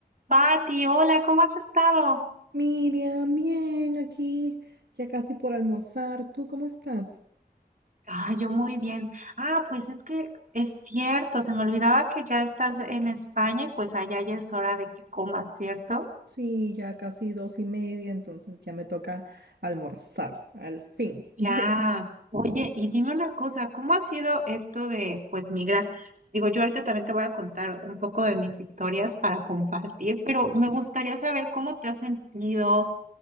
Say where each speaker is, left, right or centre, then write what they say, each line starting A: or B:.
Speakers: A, on the right; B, on the right.
A: Pati, hola, ¿cómo has estado?
B: Miriam, bien, aquí ya casi por almorzar. ¿Tú cómo estás?
A: Ah, yo muy bien. Ah, pues es que es cierto, se me olvidaba que ya estás en España y pues allá ya es hora de que comas, ¿cierto?
B: Sí, ya casi dos y media, entonces ya me toca almorzar, al fin.
A: Ya.
B: <laughs>
A: Oye, y dime una cosa, ¿cómo ha sido esto de pues migrar? Digo, yo ahorita también te voy a contar un poco de mis historias para compartir, pero me gustaría saber cómo te has sentido,